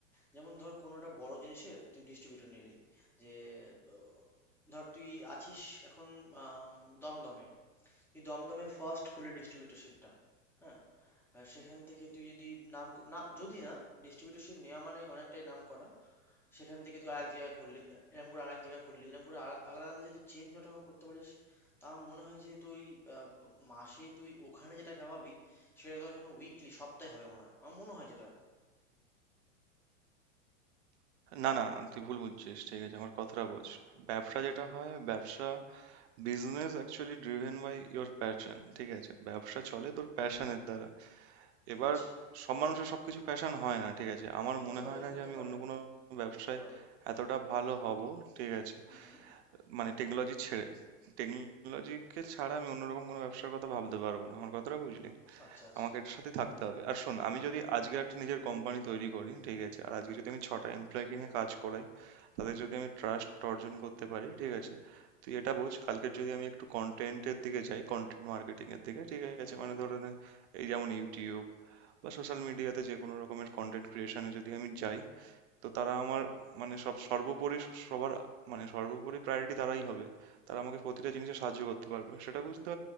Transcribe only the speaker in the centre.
যেমন ধর কোনো একটা বড় জিনিসের তুই ডিস্ট্রিবিউটর নিলি যে আহ, ধর তুই আছিস এখন আম, দমদমে তুই দমদমে ফার্স্ট খুলে ডিস্ট্রিবিউটরশিপটা হ্যাঁ আর সেখান থেকে তুই যদি নাম ক- না যদি না ডিস্ট্রিবিউটরশিপ নেওয়া মানে অনেকটাই নাম করা সেখান থেকে তুই আরেক জায়গায় খুললি এরকম করে আরেক জায়গায় খুললি এরকম করে আলা- আলাদা আলাদা যদি চেন যখন করতে পারিস তা আমার মনে হয় যে তুই আহ, মাসে তুই ওখানে যেটা কামাবি সেটা তো এখনো উইকলি সপ্তাহে হবে মনে হয় আমার মনে হয় যেটা
আচ্ছা
হতে
পারে
হতে
পারে
হতে পারে
হুম হুম
হুম হুম
আচ্ছা আচ্ছা
হুম
হুম